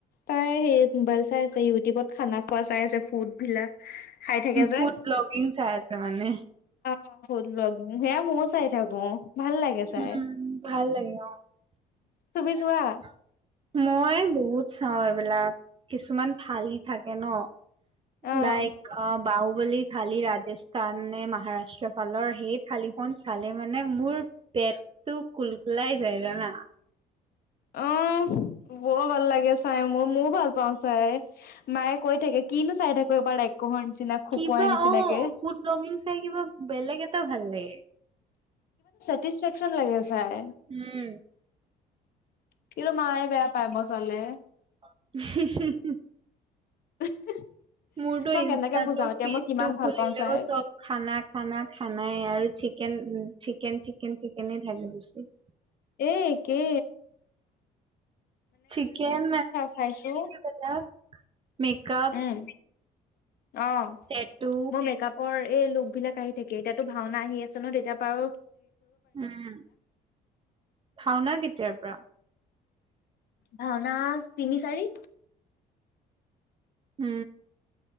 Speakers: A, on the left; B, on the right.
A: তাই সেই মোবাইল চাই আছে ইউটিউবত খানা খোৱা চাই আছে ফুড বিলাক। খায় থাকে যে
B: ফুড ব্লগিং চাই আছে মানে
A: অ'। ফোদ ব্লগ সেয়া মইও চাই থাকো ভাল লাগে চাই।
B: উম <unintelligible>
A: তুমি চোৱা
B: মই বহুত চাওঁ এইবিলাক কিছুমান ফালি থাকে ন।
A: অ
B: লাইক আ, বাহু বলি কালি ৰাজস্থান নে মহাৰাষ্ট্ৰ ফালৰ সেই <unintelligible> চালে মানে মোৰ পেটটো কুলকুলাই জায় জানা।
A: অ' বৰ ভাল লাগে চাই মইও ভাল পাওঁ চাই মায়ে কৈ থাকে কিনো চাই থাকো এইবোৰ <unintelligible> নিচিনা। খকুৱাৰ
B: কিবা
A: নিচিনাকে।
B: অ' ফুড ব্লগিং চাই কিবা বেলেগ এটা ভাল লাগে।
A: <unintelligible> লাগে। চাই
B: উম।
A: কিয় মায়ে বেয়া পায় মই চালে?
B: <unintelligible>
A: <unintelligible>
B: মোৰতো
A: মই
B: ইনষ্টাতৰ
A: কেনেকে বুজাও এতিয়া
B: ফিডটো
A: মই কিমান ভাল
B: খুলিলেও
A: পাওঁ চাই।
B: চব খানা খানা খানাই আৰু চিকেন উম চিকেন, চিকেন, চিকেনে থাকে বেছি।
A: এ, একে।
B: চিকেন।
A: চাইছো
B: <unintelligible> মেকআপ।
A: উম অ'
B: টেটু
A: মোৰ মেকআপৰ এই লোক বিলাক আহি থাকে। এতিয়াতো ভাওনা আহি আছে ন তেতিয়া পাও
B: উম ভাওনা কেতিয়াৰ পৰা?
A: ভাওনা তিনি চাৰি।
B: হ।